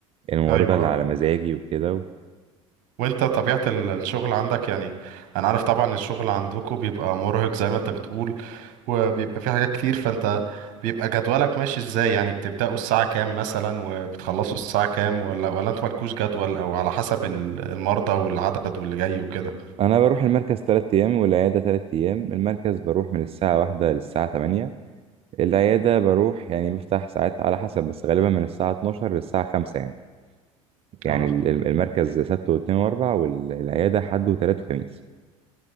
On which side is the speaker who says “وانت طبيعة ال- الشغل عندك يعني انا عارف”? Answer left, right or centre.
Right